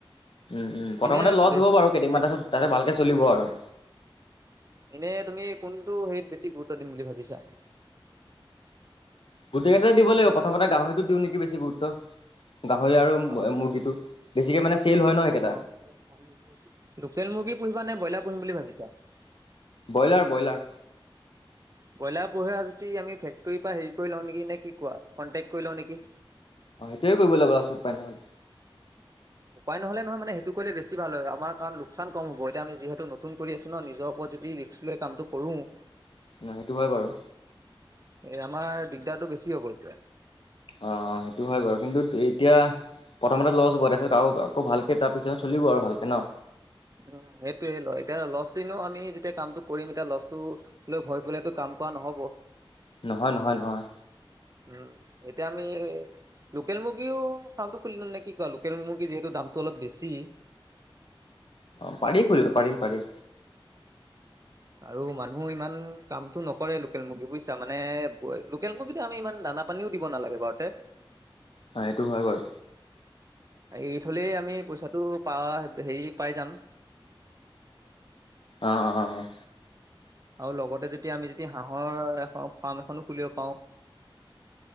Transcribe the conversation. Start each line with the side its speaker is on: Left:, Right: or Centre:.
Left: উম উম প্ৰথমতে
Right: এনে
Left: লছ
Right: বেছি
Left: হ'ব বাৰু কেইদামান
Right: বেছি
Left: পাচত তাৰপিছত ভালকে চলিব আৰু।
Right: এনেই তুমি কোনটো হেৰিত বেছি গুৰুত্ব দিম বুলি ভাবিছা?
Left: গোটেইকেইটা দিব লাগিব, প্ৰথমতে গাহৰিতটো দিওঁ নেকি বেছি গুৰুত্ব।
Right: অ',
Left: গাহৰি আৰু
Right: লোকেল
Left: মুৰ্গীটো
Right: মুৰ্গী
Left: বেছিকে মানে
Right: পুহিবা
Left: চেল হয় ন সেইকেইটা
Right: নে ব্ৰইলাৰ পুহিম বুলি ভাবিছা?
Left: Broiler broiler.
Right: বইলাৰ পোহা যদি আমি ফেক্টৰীৰ পৰা হেৰি কৰি লওঁ নিকি নে কি কোৱা, কনটেক্ট কৰি লওঁ নেকি?
Left: অ', সেইটোৱে কৰিবলাগিব উপাই নহলে।
Right: উপায় নহ'লে নহয় মানে সেইটো কৰিলে বেছি ভাল হয়। আমাৰ কাৰণ লোকচান কম হ'ব, এতিয়া আমি যিহেতু নতুন কৰি আছো ন নিজৰ ওপৰত যদি ৰিক্স লৈ কামটো কৰো
Left: উম, সেইটো হয় বাৰু।
Right: এ আমাৰ দিগদাৰটো বেছি হব এতিয়া।
Left: অ' অ', সেইটো হয় বাৰু, কিন্তু এতিয়া প্ৰথমতে লছ হব, তাৰছত আও আকৌ ভালকে তাৰ পিছত চলিব আৰু ভালকে ন।
Right: উ, সেইটোয়ে ল এতিয়া লছটো আমি যেতিয়া কামটো কৰিম এতিয়া লছটো লৈ ভয় কৰিলেতো কাম কোৱা নহ'ব।
Left: নহয় নহয় নহয়।
Right: উম, এতিয়া আমি লোকেল মুৰ্গীও ফামটো খুলিও নে কি কোৱা? লোকেল মুৰ্গী যিহেতু দামটো অলপ বেছি।
Left: অ', পাৰি খুলিব পাৰি পাৰি।
Right: আৰু মানুহ ইমান কামতটো নকৰে লোকেল মুৰ্গী, বুইছা মানে লোকেল মুৰ্গীটো আমি ইমান দাম খানা পানীও দিব নালাগে বাৰুতে।
Left: অ সেইটো হয় বাৰু
Right: এৰি থলেই আমি পইচা টো পাৱা হেৰি পাই যাম।
Left: অ' অ' অ'।
Right: আৰু লগতে যেতিয়া আমি যেতিয়া হাঁহৰ ফাৰ্ম এখনো খুলিব পাৰোঁ।